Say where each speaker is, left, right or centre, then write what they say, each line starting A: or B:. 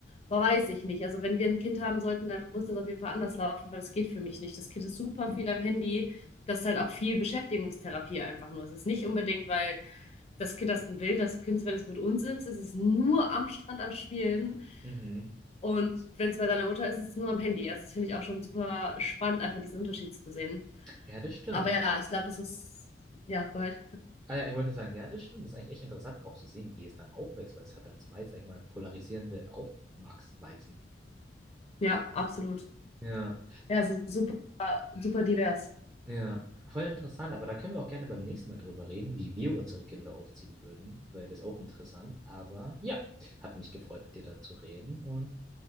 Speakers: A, on the left; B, on the right.
A: Boah, weiß ich nicht. Also wenn wir ein Kind haben sollten, dann muss das auf jeden Fall anders laufen, weil das geht für mich nicht. Das Kind ist super viel am Handy das ist halt auch viel Beschäftigungstherapie einfach nur. Es ist nicht unbedingt, weil das Kind das will, das Kind, wenn es mit uns ist, ist es nur am Strand am Spielen.
B: mhm.
A: Und wenn es bei seiner Mutter ist, ist es nur am Handy. Also das finde ich auch schon super spannend, einfach diesen Unterschied zu sehen.
B: Ja, das stimmt.
A: Aber ja,
B: Ah,
A: ich glaube, das ist, ja, gut
B: Ah ja, ich wollte nur sagen, ja, das stimmt. Das ist eigentlich echt interessant, auch zu sehen, wie es dann aufwächst, weil es hat dann zwei, sag ich mal, polarisierende Aufwachsweisen.
A: Ja, absolut.
B: Ja,
A: Ja, es ist super, super divers.
B: ja, voll interessant. Aber da können wir auch gerne beim nächsten Mal drüber reden, wie wir unsere Kinder aufziehen würden, weil das ist auch interessant. Aber ja, hat mich gefreut, mit dir da zu reden und